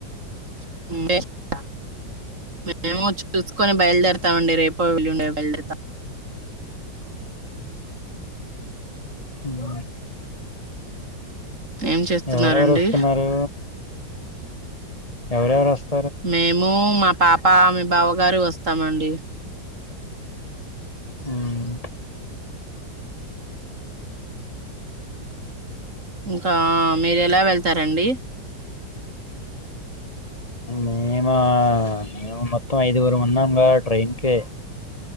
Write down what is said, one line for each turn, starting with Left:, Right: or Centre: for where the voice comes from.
Right: <inaudible> మేము చూసుకొని బయలుదేరతామండి రేపో వేలుండో బయలుదేరతాం
Left: మ్మ్
Right: ఏం చేస్తున్నారండి
Left: ఎవరెవరు వస్తున్నారు ఎవర్ ఎవర్ వస్త
Right: మేము మా పాప మీ బావ వరు వస్తామండి
Left: మ్మ్
Right: ఇంకా మీర్ ఎలా వెళ్తారండి
Left: మేమా మేము మొత్తం ఐదుగురు ఉన్నాంగా ట్రైన్ కే